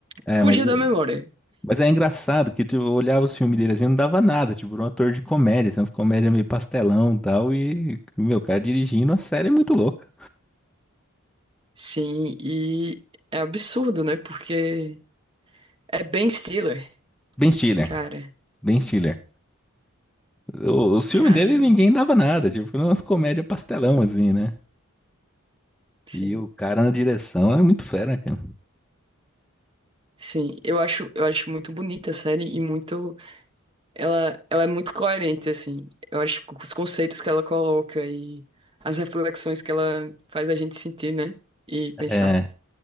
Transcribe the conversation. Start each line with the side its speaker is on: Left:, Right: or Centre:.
Centre: É,
Right: fugiu
Centre: mas,
Right: da memória.
Centre: mas é engraçado que tu olhava os filmes dele assim, não dava nada. Tipo, era um ator de comédia, assim, umas comédias meio pastelão e tal. E, meu, o cara dirigindo a série é muito louca.
Right: Sim, e é absurdo, né? Porque é Ben Stiller.
Centre: Ben Stiller.
Right: Cara,
Centre: Ben Stiller. O- Os filmes
Right: caramba.
Centre: dele ninguém dava nada, tipo, foi umas comédias pastelão, assim, né?
Right: Sim.
Centre: E o cara na direção é muito fera, cara.
Right: Sim, eu acho, eu acho muito bonita a série e muito. Ela, ela é muito coerente, assim. Eu acho que os conceitos que ela coloca e as reflexões que ela faz a gente sentir, né? E pensar.
Centre: É,